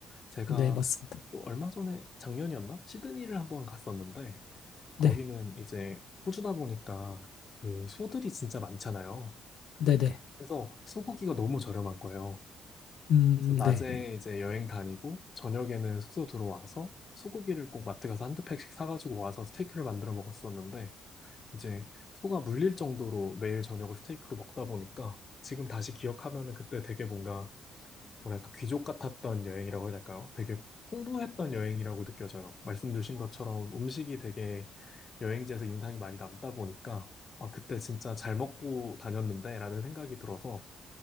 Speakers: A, on the left; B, on the left.
A: 제가
B: 네, 맞습니다.
A: 또 얼마 전에 작년이었나? 시드니를 한번 갔었는데
B: 네,
A: 거기는 이제 호주다 보니까 그 소들이 진짜 많잖아요.
B: 네, 네.
A: 그래서 소고기가 너무 저렴한 거예요.
B: 음,
A: 그래서
B: 네.
A: 낮에 이제 여행 다니고 저녁에는 숙소 들어와서 소고기를 꼭 마트 가서 한두 팩씩 사가지고 와서 스테이크를 만들어 먹었었는데 이제 소가 물릴 정도로 매일 저녁을 스테이크로 먹다 보니까 지금 다시 기억하면은 그때 되게 뭔가 뭐랄까 귀족 같았던 여행이라고 해야 될까요? 되게 풍부했던 여행이라고 느껴져요. 말씀 주신 것처럼 음식이 되게 여행지에서 인상이 많이 남다 보니까 아, 그때 진짜 잘 먹고 다녔는데라는 생각이 들어서